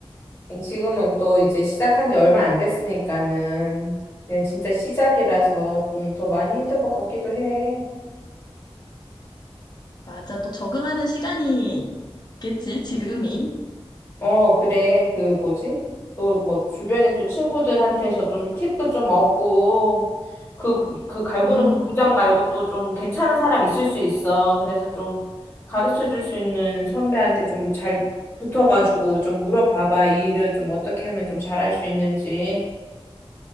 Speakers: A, on the left; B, on the left.
A: 지금은 또 이제 시작한 지 얼마 안 됐으니까는 그냥 진짜 시작이라서 좀 더 많이 힘들 것 같기도 해.
B: 맞아. 또 적응하는 시간이 있겠지, 지금이.
A: 어, 그래. 그 뭐지? 또 뭐 주변에 또 친구들한테서 좀 팁도 좀 얻고 그, 그 갈구는
B: 음,
A: 그 부장 말고 또 좀 괜찮은 사람 있을 수 있어. 그래서 좀 가르쳐 줄 수 있는 선배한테 좀 잘 붙어가지고 좀 물어봐봐. 이 일을 좀 어떻게 하면 좀 잘할 수 있는지.